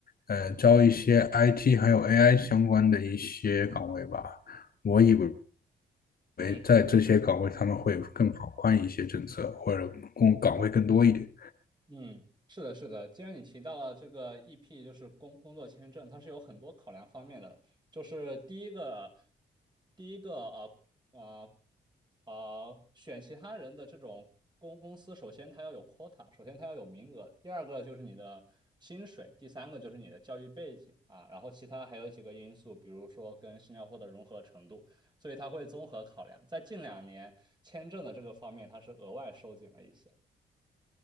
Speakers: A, on the left; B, on the right.
A: 呃招一些 IT 还有 AI 相关的一些岗位吧。我以为
B: 嗯，
A: 为在这些岗位他们会更放宽一些政策，或者工岗位更多一点。
B: 嗯，是的，是的。既然你提到了这个 EP，就是工工作签证，它是有很多考量方面的。就是第一个，第一个啊啊啊，选其他人的这种公公司，首先它要有 quota，首先它要有名额。第二个就是你的薪水，第三个就是你的教育背景啊，然后其他还有几个因素，比如说跟新加坡的融合程度。所以它会综合考量。在近两年，签证的这个方面，它是额外收紧了一些。